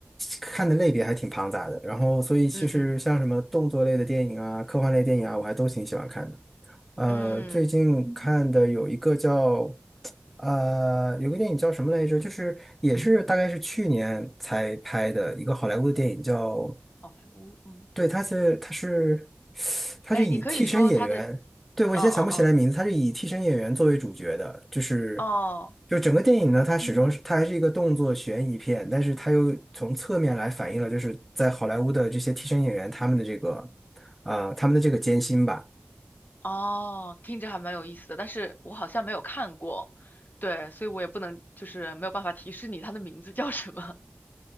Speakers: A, in the centre; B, on the left (about 45°).
A: 看的类别还挺庞杂的，然后所以其实像什么动作类的电影啊、
B: 嗯嗯
A: 科幻类电影啊，我还都挺喜欢看的。呃，
B: 嗯，
A: 最近看的有一个叫，呃，有个电影叫什么来着？就是也是大概是去年才拍的一个好莱坞的电影叫，
B: 好莱坞，嗯，
A: 对，他是他是他是以替身演员，
B: 哎，你可以说他的，
A: 对，我现在想不起来名字，
B: 哦哦
A: 他是以替身演员作为主角的，就是
B: 哦哦
A: 就整个电影呢，它始终是它还是一个动作悬疑片，但是它又从侧面来反映了就是在好莱坞的这些替身演员他们的这个啊、呃他们的这个艰辛吧。
B: 哦，听着还蛮有意思的，但是我好像没有看过，对，所以我也不能就是没有办法提示你他的名字叫什么